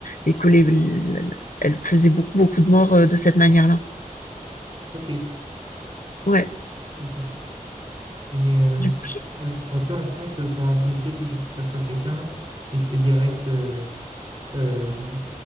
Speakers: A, on the left; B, on the right.
A: et que les elle faisait beaucoup beaucoup de morts euh, de cette manière-là.
B: Ok,
A: Ouais,
B: ok. Et mais euh,
A: du coup, je-
B: ouais. En tout cas, en France, euh, quand un policier tue sur, tire sur quelqu'un, il se fait direct, euh, euh,